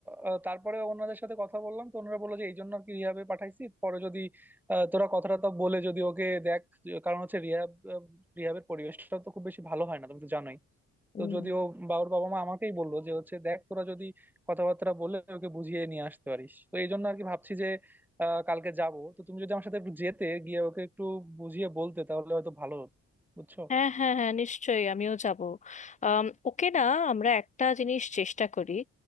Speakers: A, in the centre; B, on the left.
A: আহ, তারপরে ওনাদের সাথে কথা বললাম তো ওনারা বললো যে এই জন্য আর কি রিহাবে পাঠাইছি পরে যদি আহ, তোরা কথাটা তো বলে যদি ওকে দেখ কারণ হচ্ছে রিহাব রিহাবের পরিবেশটা তো খুব বেশি ভালো হয় না তুমি তো জানোই তো
B: উম,
A: যদি ও বাবুর বাবা মা আমাকেই বললো যে হচ্ছে দেখ তোরা যদি কথাবার্তা বলে ওকে বুঝিয়ে নিয়ে আসতে পারিস তো এই জন্য আর কি ভাবছি যে আহ, কালকে যাব তো তুমি যদি আমার সাথে একটু যেতে গিয়ে ওকে একটু বুঝিয়ে বলতে তাহলে হয়তো ভালো হতো বুঝছো
B: হ্যাঁ হ্যাঁ হ্যাঁ নিশ্চয়ই আমিও যাব আম, ওকে না আমরা একটা জিনিস চেষ্টা করি